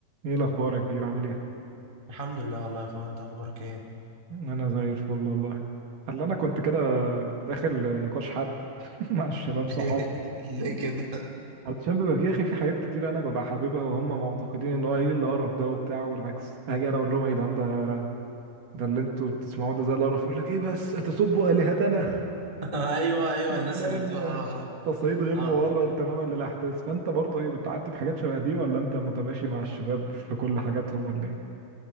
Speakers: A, on the right (about 60°); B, on the right (about 20°).
A: ايه الاخبار يا كبير عامل ايه
B: الحمد لله والله يا اخويا انت اخبارك ايه
A: انا زي الفل والله قال انا كنت كده داخل نقاش حد <laughs> مع الشباب
B: <laughs>
A: صحابي
B: ليه كده
A: علشان بيبقى في يا اخي في حاجات كتير انا ببقى حاببها وهم معتقدين ان هو ايه القرف ده وبتاع والعكس اجي انا اقول لهم يا جدعان ده ده اللي انتوا بتسمعوه ده زي القرف يقول لك ايه بس تسبوا الهتنا
B: <laughs> ايوه
A: <laughs>
B: ايوه
A: وتلاقي
B: الناس اللي بتوع اه
A: التصعيد غير
B: اه
A: مبرر
B: اه
A: تماما للاحداث فانت برضه ايه بتعدي بحاجات شبه دي ولا انت متماشي مع الشباب في كل حاجاتهم ولا ايه